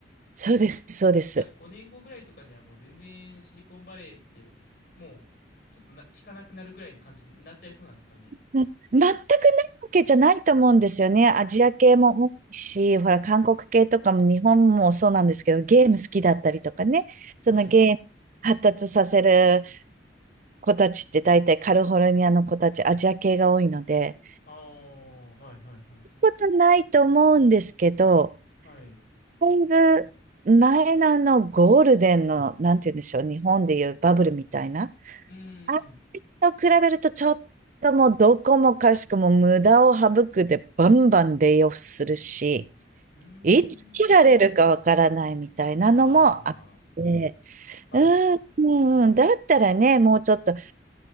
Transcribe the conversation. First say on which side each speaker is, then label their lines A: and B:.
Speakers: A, on the right; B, on the left.
A: そうです、そうです。
B: じゃあ5年後ぐらいとかにはもう全然シリコンバレーってもうちょっとな、聞かなくなるぐらいの感じになっちゃいそうなんですかね。
A: うん全くないわけじゃないと思うんですよね。アジア系も多いし、
B: はい。
A: ほら、韓国系とかも日本もそうなんですけど、ゲーム好きだったりとかね。そのゲーム発達させる
B: はい。
A: 子たちって大体カリフォルニアの子たち、アジア系が多いので、
B: ああ、はいはいはい。
A: ことないと思うんですけど、
B: はい。う
A: だいぶ前のあのゴールデンの、なんて言うんでしょう、日本でいうバブルみたいな。
B: ーん。
A: あれと比べるとちょっともうどこもかしこも無駄を省くでバンバンレイオフするし、
B: うーん。
A: いつ切られるかわからないみたいなのもあって、
B: ああ、はい。
A: うん、うんだったらね、もうちょっとね、